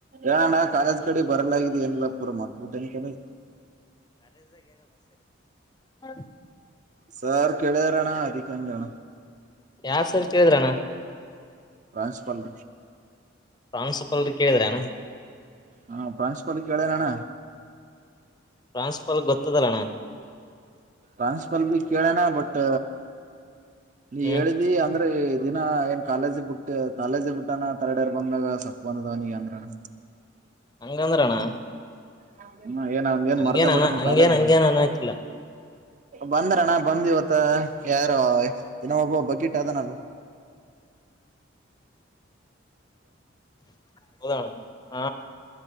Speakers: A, on the right; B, on the left.
A: ಆ ನ ಕಾರ ಕಡೆ ಬರಲ ಲ್ಲ ಪೂರ ಮಾಡಾರ್ಕ ಬಿಟ್ಟೆನ ಕ
B: ಹ್ಮ
A: ಸರ್ ಕೆಡಡೆ ರಣ ಅದಿಕನು ಜಾಣ
B: ಯಾವ ಸರಿ ಕೇಳಿದ್ರನಾ
A: ್ರಾನ್ಸ್ಪಲ್
B: ಪ್ರಾನ್ಸಿಪಲ್ರು ಕೇಳಿದ್ರನಾ
A: ಹಾ ಪ್ರಾನ್ಸಪಾಲ ಕಡೆ ನಣ್ಣ
B: ಟ್ರಾನ್ಸಪಾಲ್ ಗೊತ್ತದಲಣ
A: ಪ್ರನ್ಸಪಲ್ ಭ ಕೇಳಣ ಬಟ್ ನೀ
B: ಹ್ಮ್
A: ಹೇಳಿದಿ ಅಂದ್ರೆ ದಿನ ಏನ್ ಕಾಲೇಜಿ ಬಿಟ್ಟ ಕಾಲೇಜಿ ಬಿಟ್ಟಾನ ತರಡರ್ ಬಂದಾಗ ಸತ್ ಬಂದದವನಗ ಅಂದ್ರನ
B: ಹಂಗಂದ್ರಣ್ಣ
A: ಹೌ ಹ್ಮ ಏನ್ ಅವನ್ ಏನ್
B: ಹಂಗೇನ
A: ಮರ್ತೇ ಬಿಟ್ಟು ನೀ
B: ಹಂಗೇನ್
A: ಕಾಲೇಜ್ಲ್ಲಿ
B: ಹಂಗೇನ್ ಅನ್ನಕಿಲ್ಲ
A: ಬಂದ್ರಣ್ಣ ಬಂದ್ ಇವತ್ತು ಮತ್ತ ಯಾರು ದಿನ ಒಬ್ಬ ಬಕಿಟ್ ಅದನದು
B: ಹೌದ ಹ